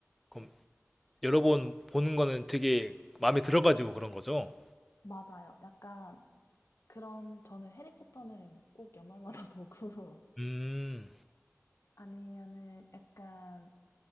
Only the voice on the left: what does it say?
맞아요. 약간 그런, 저는 해리포터는 꼭 연말마다 <laughs> 보고,
아니면은 약간